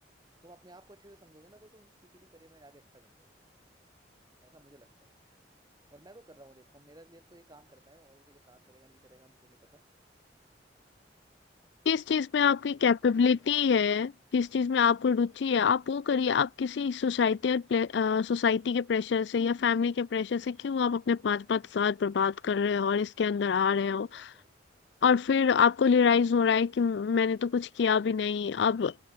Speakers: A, on the right; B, on the left.
A: तुम अपने आप को अच्छे से समझोगे ना तो तुम किसी भी करियर में आगे अच्छा कर दोगे ऐसा मुझे लगता है और मैं तो कर रहा हूँ देखो मेरे लिए तो ये काम करता है औरों के लिए काम करेगा नहीं करेगा मुझे नहीं पता
B: किस चीज में आपकी
A: और मेरे लिए
B: कैपेबिलिटी
A: तो काम करता है
B: है किस चीज में आपको रुचि है आप वो करिए आप किसी सोसाइटी और सोसाइटी के प्रेशर से या फैमिली के प्रेशर से क्यों आप अपने पाँच पाँच साल बर्बाद कर रहे हो और इसके अंदर
A: सही
B: आ
A: बात
B: रहे
A: सही
B: हो
A: बात यार
B: और फिर आपको रियलाइज हो रहा है कि मैंने तो कुछ किया भी नहीं अब